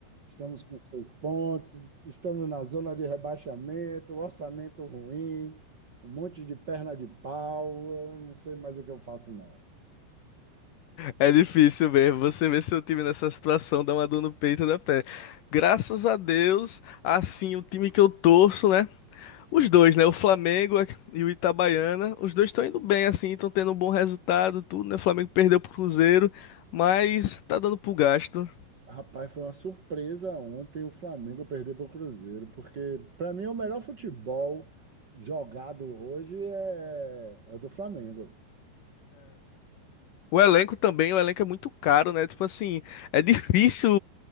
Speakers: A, on the right (about 55°); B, on the left (about 70°).
A: Estamos com seis pontos, estamos na zona de rebaixamento, orçamento ruim, um monte de perna de pau. Eu não sei mais o que eu faço, não.
B: É difícil mesmo. Você ver seu time nessa situação dá uma dor no peito da pé. Graças a Deus, assim, o time que eu torço, né? Os dois, né? O Flamengo e o Itabaiana. Os dois estão indo bem, assim, estão tendo um bom resultado, tudo, né? O Flamengo perdeu pro Cruzeiro, mas tá dando pro gasto.
A: Rapaz, foi uma surpresa ontem o Flamengo perder para o Cruzeiro, porque para mim o melhor futebol jogado hoje é, é o do Flamengo.
B: O elenco também, o elenco é muito caro, né? Tipo assim, é difícil